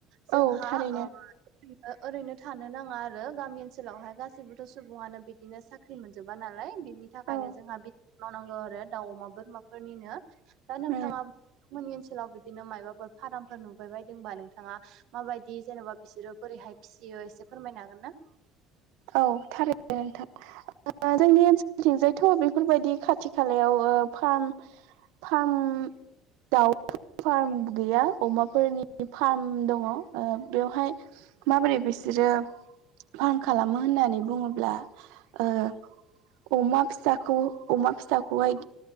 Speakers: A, on the right; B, on the right.
A: जोंहा
B: औ थारैनो
A: ओ ओरैनो थानो नाङा आरो गामि ओनसोलावहाय गासैबो थ' सुबुङानो बिदिनो साख्रि मोनजोबा नालाय बिनि थाखायनो
B: औ
A: जोंहा बि मावनांगौ आरो दाउ अमा बोरमाफोरनिनो दा नोंथाङा
B: उम
A: मोननि ओनसोलाव बिदिनो मायबाफोर फार्मफोर नुबाय बायदोंबा नोंथाङा माबायदि जेन'बा बिसोरो बोरैहाय फिसियो एसे फोरमायनो हागोन ना?
B: औ थारै दे नोंथां ओ‌ जोंनि ओनसोलथिंजायथ' बेफोरबायदि खाथि खालायाव ओ फार्म फार्म दाउ फार्म गैया अमाफोरनि फार्म दङ बेवहाय माबोरै बिसोरो फार्म खालामो होननानै बुङोब्ला ओ अमा फिसाखौ अमा फिसाखौहाय